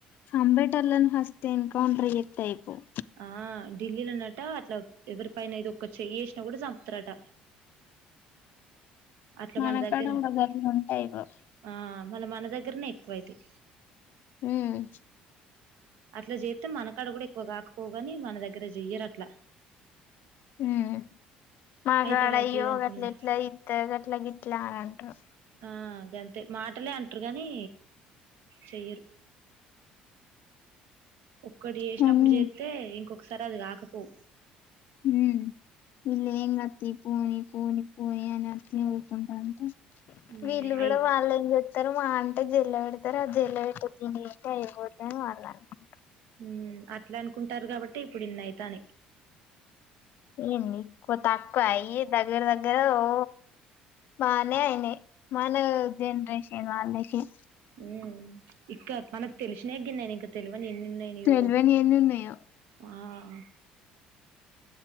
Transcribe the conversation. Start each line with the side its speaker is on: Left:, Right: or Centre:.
Left: సంపెటోల్లని ఫస్ట్ ఎన్కౌంటర్ చేత్తె అయిపోవ్
Right: ఆ ఢిల్లీలనట అట్ల ఎవరి పైన ఏదొక్క చెయ్యేసినా కూడా సంపుతరట అట్లా
Left: మనకాడ
Right: మన దగ్గర
Left: కూడా గట్లుంటె అయిపోవ్
Right: ఆ మళ్ళ మన దగ్గరనే ఎక్కువ అయితయి
Left: హ్మ్
Right: అట్ల చేత్తే మనకాడ కూడా ఎక్కువ కాకపోవ్ గాని మన దగ్గర చెయ్యరు అట్లా
Left: హ్మ్ మాట్లాడ
Right: అయితమైతాయి
Left: అయ్యో
Right: అనుకున్నా
Left: గట్లెట్లా ఇత్త గట్ల గిట్లా అనంటరు
Right: ఆ గంతే మాటలే అంటరు కాని చెయ్యరు ఒక్కడు చేసినప్పుడు
Left: కానీ
Right: చేత్తే ఇంకొక ఒకసారి అది కాకపోవ్
Left: హ్మ్ వీళ్ళు ఏంగాత్తియ్ పోని పోని పోని అని అట్నే ఊకుంటాంటె
Right: మ్మ్
Left: వీళ్ళు
Right: అయి
Left: కూడా వాళ్ళెంచే త్తరు మా అంటే జేల్ల పెడతారు ఆ జేల్ల పెట్టే తిండి తింటే అయిపోతదని వాళ్ళు అనుకుంట్రు
Right: హ్మ్ అట్లా అనుకుంటారు కాబట్టే ఇప్పుడు ఇన్ని అయితాన్నయి
Left: ఏం ది కొత్తక్కువయ్యి దగ దగ్గర దగ్గర ఓ బానే అయినయి మన జెనరేషన్ వాళ్ళయి క
Right: ఉ ఇక్క మనకు తెలిసినా గ నేను ఇంకా తెలుసు మని నిన్నన్నయి నవు
Left: తెల్వని ఎన్ని ఉన్నాయో
Right: ఆ ఆ